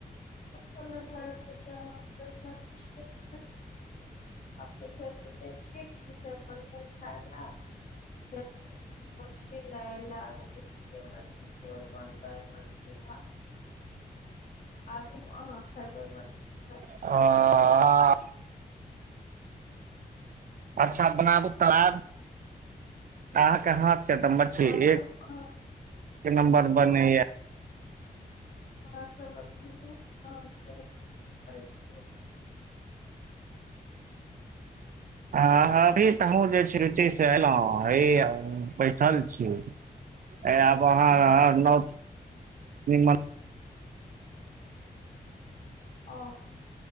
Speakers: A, on the left; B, on the right.
A: <unintelligible> आब देखे सोचै छियै की सब बनतय खाय, लऽ <unintelligible> चोर बन मछली भात आबू अहाँ खेबे मछली तऽ-
B: हँ <unintelligible> अच्छा बनाबू तब आब अहाँके हाथ से तऽ मछली
A: आओर सब
B: एक
A: अहाँ
B: एक नम्बर बनैया।
A: <unintelligible>
B: हँ अभी तऽ हमहूँ जे छी ड्यूटी सँ एलहुँ हे बैठल छी, आब अहाँ नऽ म
A: ओ-